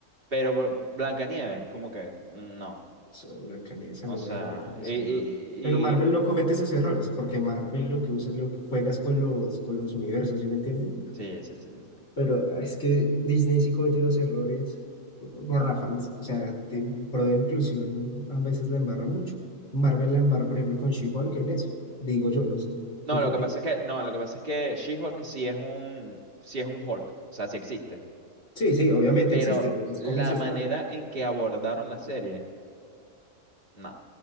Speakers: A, on the right (about 45°); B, on the left (about 65°).
A: Pero Bl- Blancanieves, como que mm, no.
B: Esa Blancanieves a
A: O
B: mí
A: sea,
B: me dejó desilusionado.
A: y, y-
B: Pero Marvel
A: y-
B: no comete esos errores, porque Marvel lo que usa es lo que juegas con los, con los universos, ¿sí me entiendes?
A: sí, sí, sí, sí, sí.
B: Pero ah, es que Disney sí comete unos errores garrafales, o sea, te- pro de inclusión a veces la embarra mucho. Marvel la embarra, por ejemplo, con She-Hulk en eso, digo yo, no sé.
A: No,
B: ¿Tú qué
A: lo
B: opinas?
A: que pasa es que no, lo que pasa es que She-Hulk sí es un sí es un Hulk, o sea, sí existe,
B: Sí, sí, obviamente
A: pero
B: existe, en los
A: la
B: cómics está.
A: manera en que abordaron la serie No.